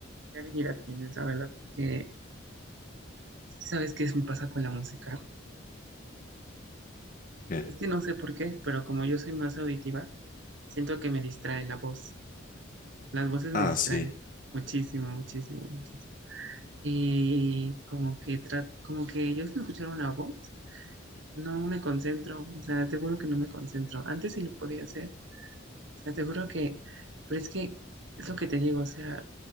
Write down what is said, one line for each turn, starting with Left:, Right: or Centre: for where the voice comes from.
Right: qué habilidad tienes, la verdad, porque es que sabes qué es- me pasa con la música.
Left: ¿qué?
Right: Es que no sé por qué, pero como yo soy más auditiva, siento que me distrae la voz. Las voces
Left: Ah,
Right: me distraen
Left: sí.
Right: muchísimo, muchísimo, muchísimo. Y como que tra- como que yo sé escuchar una voz No me concentro, o sea, te juro que no me concentro. Antes sí lo podía hacer, o sea, te juro que, pero es que es lo que te digo, o sea,